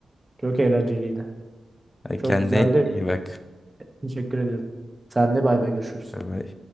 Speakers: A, on the right (about 15°); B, on the left (about 35°).
A: Çok eğlenceliydi.
B: E,
A: Çok
B: Kendine
A: güzeldi.
B: iyi bak.
A: Teşekkür ederim. Sen de bay bay görüşürüz.
B: Bay bay.